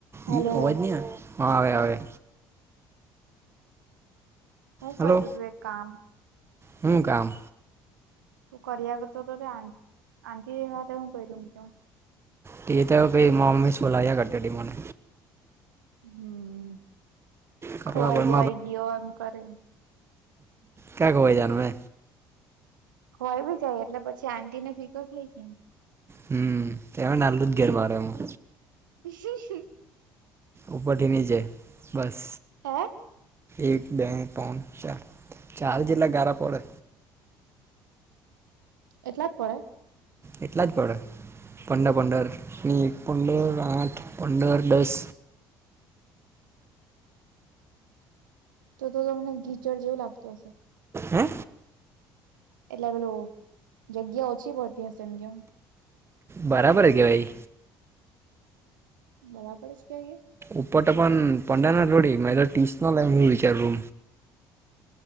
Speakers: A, on the right; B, on the right.
A: હલો
B: એ અવાજ નહ આવેવે આવેવે
A: હું
B: હલો
A: કર તું એક કામ
B: હું કામ.
A: તું કર ક ચો ત આન્ટ હ ત હું ક દઉ તું
B: તેક તોવે પી મમી સોલાહહી ક હતીડી મને
A: હમ
B: કરવા
A: ખોવાઈ
B: પણ
A: બોવાઈ ગયો એમ કરે.
B: ક્યા ખોવાય જાનમે
A: હોય બી જાય એટલે પછી આટી ને ફિકર થઈ ગઈ ને
B: હમ એમાં નાલું જ ઘેર મારે એમાં.
A: <inaudible>
B: ઉપરથીની છે. બસ
A: હા
B: એક બે પાન ચાર ચાર જેટલા ગળા પડે.
A: એટલા જ પ
B: એટલા જ પડે. પંદર પંદર એક પંદર આઠ પંદર દસ
A: તો તો ત મને ગીચડ જેવું લાગતો હશે.
B: હે?
A: એટલે પેલું જગ્યા ઓછી પડતી હશે એમ કેમ.
B: બરાબર હ કે ભાઈ.
A: બરાબર જ ક્યાંય
B: ઉપટ પણ પંડાના રોડી મા ટીસનો લ હું વિચારુ.